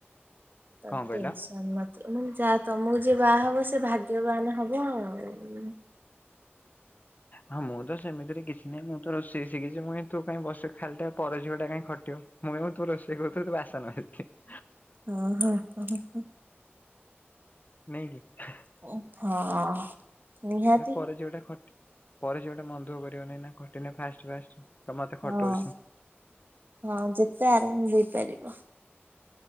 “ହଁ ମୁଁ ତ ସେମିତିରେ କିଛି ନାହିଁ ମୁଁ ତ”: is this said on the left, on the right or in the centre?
Left